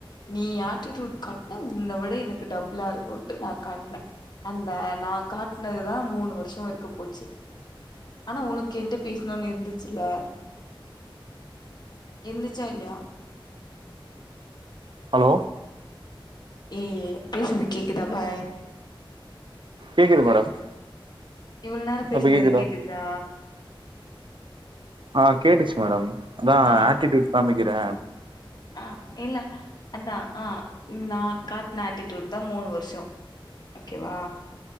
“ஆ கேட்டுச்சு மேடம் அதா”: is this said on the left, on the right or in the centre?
Right